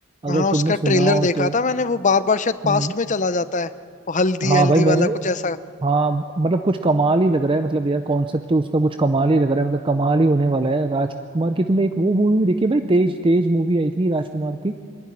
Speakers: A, on the right; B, on the left.
A: अगर
B: हाँ उसका
A: तुमने सुना
B: ट्रेलर
A: हो
B: देखा
A: तो
B: था मैंने वो बार बार शायद पास्ट
A: हम्म,
B: में चला जाता है वो हल्दी
A: हाँ
B: हल्दी
A: भाई मैंने
B: वाला कुछ ऐसा
A: हाँ मतलब कुछ कमाल ही लग रहा है मतलब यार कॉन्सेप्ट तो उसका कुछ कमाल ही लग रहा है मतलब कमाल ही होने वाला है राजकुमार की तुमने एक वो मूवी भी देखी है भाई तेज तेज मूवी आई थी राजकुमार की